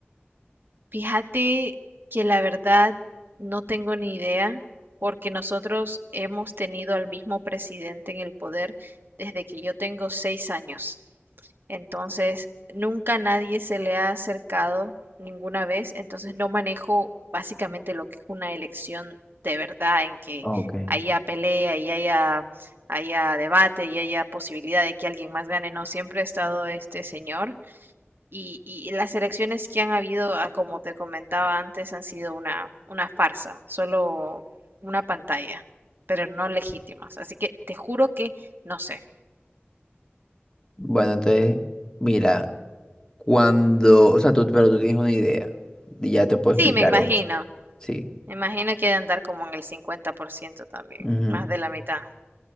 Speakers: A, on the right (about 55°); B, on the left (about 15°).
A: Fíjate que la verdad no tengo ni idea, porque nosotros hemos tenido al mismo presidente en el poder desde que yo tengo seis años. Entonces, nunca nadie se le ha acercado ninguna vez. Entonces, no manejo básicamente lo que es una elección de verdad, en que
B: Ok.
A: haya pelea y haya, haya debate y haya posibilidad de que alguien más gane. No, siempre ha estado este señor. Y, y las elecciones que han habido, ah, como te comentaba antes, han sido una, una farsa, solo una pantalla, pero no legítimas. Así que te juro que no sé.
B: Bueno, entonces, mira, cuando, o sea, tú, pero tú tienes una idea. y Ya te puedo
A: Sí,
B: explicar
A: me imagino.
B: esto. Sí.
A: Me imagino que ha de andar como en el 50% también,
B: Ujú.
A: más de la mitad.